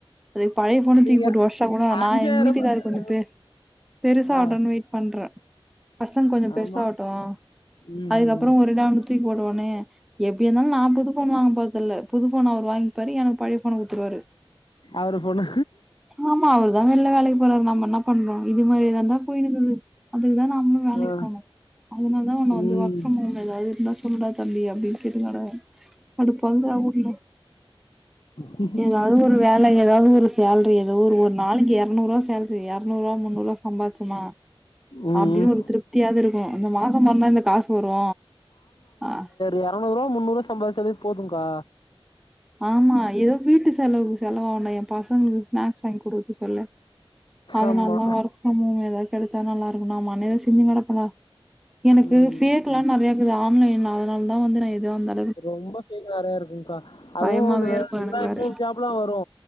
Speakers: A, in the centre; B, on the left.
A: அதுக்கு பழைய ஃபோனு
B: நீங்க
A: தூக்கி போட்டு ஒஷ்ஷா கூட
B: அஞ்சாயிரம்
A: நா எங்க வீட்டுக்காரு
B: ரூபாய்
A: கொஞ்ச பே பெருசா ஆவடுன்னு
B: ஆ
A: வெயிட் பண்ற பசங் கொஞ்ச பெருசா
B: ஆமா
A: ஆவட்டு
B: ம்
A: அதுக்கப்றோ ஒருடாதூக்கி போட்றுவனே எப்டி இருந்தாலு நா புது ஃபோன் வாங்க போறதில்ல புது ஃபோன் அவர் வாங்கிப்பாரு எனக்கு பழைய ஃபோன் குடுத்துருவாரு
B: அவரு ஃபோனு
A: ஆமா அவர் தா வெள்ல வேலைக்கு போறாரு நம்மென்னா பண்ணோ இது மாரி தாந்தா போயினுக்குது அதுக்குதா நாமளு வேலைக்
B: ஆ
A: போணு அதனால தா உன்ன வந்து
B: ம்
A: ஒர்க் ஃப்ரம் ஹோம் எதாது இருந்தா சொல்லுடா தம்பி அப்டின்னு கேட்டுனுகடக்கற அதுபொந்தா <unintelligible>
B: ம்ம்
A: ஏதாது ஒரு வேல ஏதாது ஒரு சால்ரி எதோ ஒரு ஒரு நாளைக்கு எரநூறு ருவா சால் எரநூறு ருவா முன்னூறுருவா சம்பார்சமா
B: ம்
A: அப்டின்னு ஒரு திருப்தியாவது இருக்கு இந்த மாச பொறந்தா இந்த காசு வரு அஹ்
B: எரநூறுவா முன்னூறுவா சம்பாதிச்சாலே போதுக்கா
A: ஆமா ஏ வீட்டு செலவுக்கு செலவாண எ பசங்களுக்கு ஸ்நாக்ஸ் வாங்கி குடுக்கதுக்கு சொல்லு அதனால
B: ஆமா
A: தா ஒர்க் ஃப்ரம் ஹோம் ஏதாது கெடைச்ச நல்லா இருக்கு நாமான்னு செஞ்சு கெடப்பன்டா எனக்கு
B: ம்
A: ஃபேக்ல்லா
B: ம்
A: நெறைய இருக்குது ஆன்லைன் அதனால தா வந்து நா எது வந்த
B: ரொம்ப ஃபேக் நெறையா இருக்குக்கா அதுவு
A: பயமாவே
B: <inaudible>
A: இருக்கும் எனக்கு வேற.
B: இன்னொரு ஜா இப்புல்லா வரு